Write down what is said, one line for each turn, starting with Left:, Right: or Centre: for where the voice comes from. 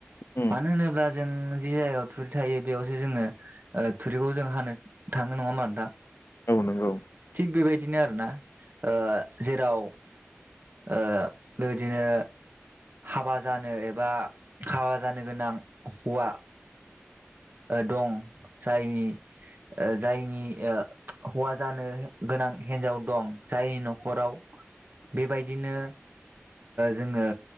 Left: उम
Right: मानो होनोब्ला जों जि जायगायाव थुरि थायो बेयावसो जोङो थुरिखौ जों हानो थाङो नङा होनबा नोंथां
Left: औ नंगौ
Right: थिग बेबायदिनो आरोना ओ जेराव ओ बेबायदिनो हाबा जानो एबा हाबा जानो गोनां हौवा दं जायनि जायनि हौवा जानो गोनां हिन्जाव दं जायनि न'खराव बेबायदिनो जोङो